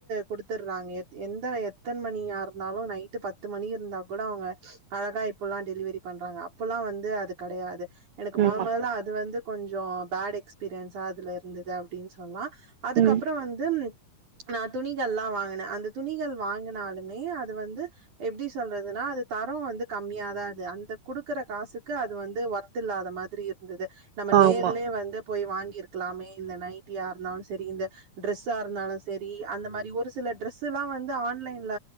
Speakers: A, on the right; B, on the right.
A: கொடுத்துராங்க என் எத்தன மணியா இருந்தாலு நை - ட்டு பத்து மணி இருந்தா கூட அவங்க அழகா இப்பல்லா டெலிவெரி பண்றாங்க அப்பல்லாம் வந்து அது கெடையாது எனக்கு மொத
B: ஆமா
A: மொதல்ல அது வந்து கொஞ்சோ பேட் எக்ஸ்பீரியன்ஸா அதுல இருந்துது அப்டினு சொண்ண அதுக்கப்பறோ
B: ம்
A: வந்து நா துணிகள்லா வாங்குனே அந்த துணிகள் வாங்கினாலுமே அது வந்து எப்டி சொல்றதுன்னா அது தரோ வந்து கம்மியாதான் இருக் அந்த குடுக்குற காசுக்கு அது வந்து ஒர்த் இல்லாத மாதிரி இருந்துது நம்ம நேர்லே
B: ஆமா
A: வந்து போய் வாங்கியிருக்கலாமே இந்த நைட்டிய இருந்தாலும் செரி இந்த ட்ரெஸ்ஸா இருந்தாலும் செரி அந்த மாரி ஒரு சில டிரெஸ்ல்லா வந்து ஆண் ஆன்லைன்ல